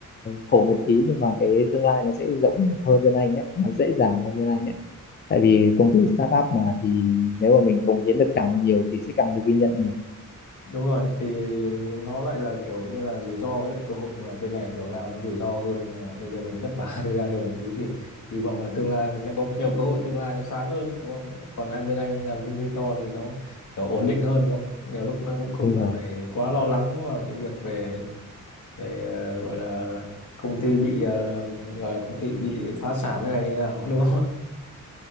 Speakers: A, on the left; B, on the left.
A: khổ một tí nhưng mà cái tương lai nó sẽ rộng hơn bên anh đấy nó dễ dàng hơn bên anh đấy tại vì công ty startup mà thì nếu mà mình cống hiến được càng nhiều thì sẽ càng được ghi nhận nhiều
B: Đúng rồi, thì nó lại là kiểu như là rủi ro với lại cơ hội nhưng mà bên này kiểu nào nó rủi ro hơn. à, Bây giờ mình vất vả <laughs> thời gian đầu một tí thì hy vọng là tương lai sẽ có nhiều cơ hội tương lai nó sáng hơn đúng không? Còn anh bên anh, anh làm công ty to thì nó kiểu ổn định hơn đúng không? Nhiều lúc nó cũng không
A: đúng
B: cần
A: rồi.
B: phải quá lo lắng vào cái việc về về ờ, gọi là công ty bị ờ, gọi là công ty bị phá sản hay là như nào <laughs> đúng không?